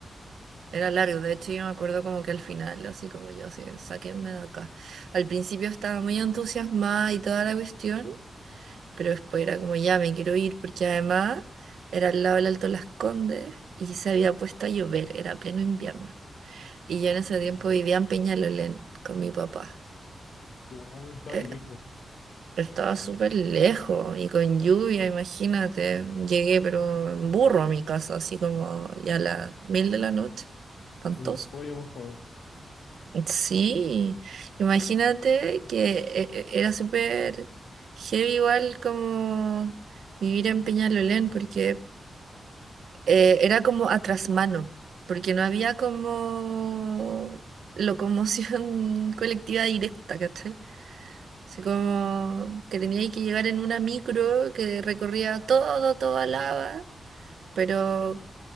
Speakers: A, on the left (about 75°); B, on the right (about 80°).
A: perfecto.
B: Era largo, de hecho yo me acuerdo como que al final, así como yo, así, sáquenme de acá. Al principio estaba muy entusiasmada y toda la cuestión, Pero después era como, ya me quiero ir, porque además era al lado del Alto Las Condes y se había puesto a llover, era pleno invierno. Y yo en ese tiempo
A: Mm,
B: vivía en Peñalolén con mi papá.
A: Ah, estaba
B: Eh,
A: ahí lejos.
B: estaba súper lejos y con lluvia, imagínate. Llegué, pero en burro a mi casa, así como ya a las mil de la noche. Espantoso.
A: Mm, Pollo mojado.
B: Sí, imagínate que eh, eh, era súper heavy igual como vivir en Peñalolén, porque eh, era como a trasmano, porque no había como locomoción <laughs> colectiva directa, ¿cachai? Así como que tenía que llegar en una micro que recorría todo, toda Lava, pero